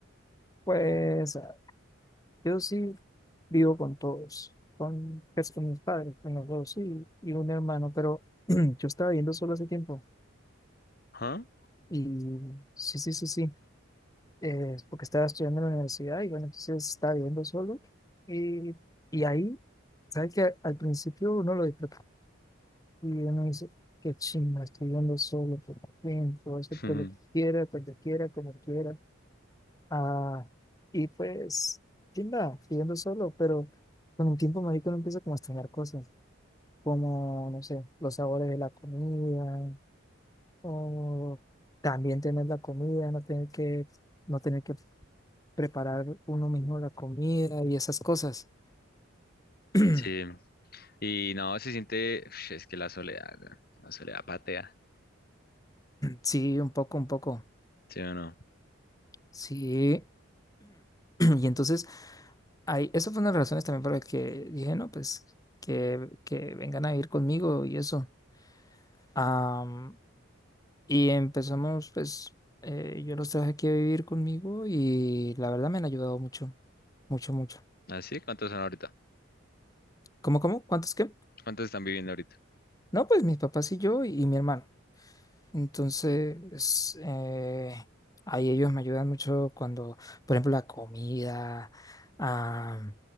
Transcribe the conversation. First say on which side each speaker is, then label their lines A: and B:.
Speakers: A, on the left; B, on the left.
A: Pues ah, yo sí vivo con todos, con, pues, con mis padres, con los dos y, y un hermano, pero <clears throat> yo estaba viviendo solo hace tiempo.
B: ¿Ah?
A: Y sí, sí, sí, sí, eh, porque estaba estudiando en la universidad y bueno, entonces estaba viviendo solo. Y, y ahí, ¿sabes que Al principio uno lo disfruta y uno dice, qué chimba, estoy viviendo solo por fin, puedo hacer
B: <laughs>
A: todo
B: Ujú,
A: lo que quiera, cuando quiera, como quiera. Ah, y pues, chimba, viviendo solo, pero con el tiempo, marico, uno empieza como a extrañar cosas, como, no sé, los sabores de la comida, o también tener la comida, no tener que no tener que preparar uno mismo la comida y esas cosas. <clears throat>
B: Sí, y no, se siente, Uf, es que la soledad, weón, la soledad patea,
A: Sí, un poco, un poco.
B: ¿sí o no?
A: Sí. <clears throat> Y entonces, ahí, eso fue una de las razones también por las que dije, no, pues que, que vengan a vivir conmigo y eso. Am, y empezamos, pues, eh, yo los traje aquí a vivir conmigo y la verdad me han ayudado mucho, mucho, mucho.
B: ¿Así? ¿Cuántos son ahorita?
A: ¿Cómo, cómo? ¿Cuántos qué?
B: ¿Cuántos están viviendo ahorita?
A: No, pues mis papás y yo y, y mi hermano. Entonces, eh, ahí ellos me ayudan mucho cuando, por ejemplo, la comida. ah,